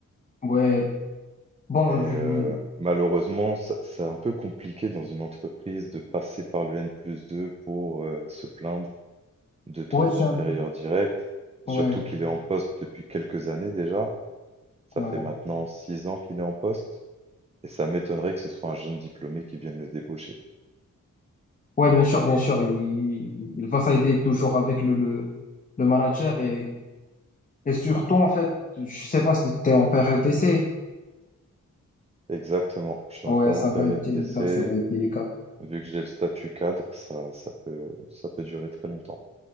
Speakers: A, on the left; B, on the right.
A: Ouais, bon,
B: Mais
A: je-
B: euh, malheureusement, ça- c'est un peu compliqué dans une entreprise de passer par le N plus 2 pour euh, se plaindre De ton
A: ouais,
B: supérieur
A: c'est un-
B: direct,
A: ouais,
B: surtout qu'il est en poste depuis quelques années déjà. Ça
A: ouais.
B: fait maintenant 6 ans qu'il est en poste et ça m'étonnerait que ce soit un jeune diplômé qui vienne le débaucher.
A: Ouais, bien sûr, bien sûr. Il, il va s'aider toujours avec le, le, le manager et, et surtout, en fait, je sais pas si t'es en période d'essai.
B: Exactement, je suis
A: Ouais,
B: encore
A: ça
B: en période
A: va être délicat,
B: d'essai.
A: ça va être délicat.
B: Vu que j'ai le statut cadre, ça, ça peut, ça peut durer très longtemps.